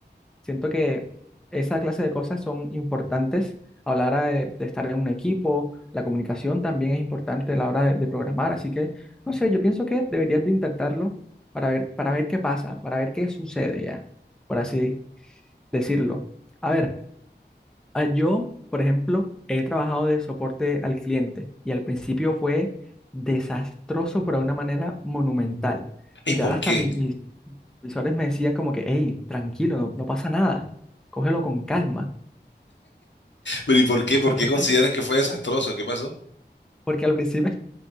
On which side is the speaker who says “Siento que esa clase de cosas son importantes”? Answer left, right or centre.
Centre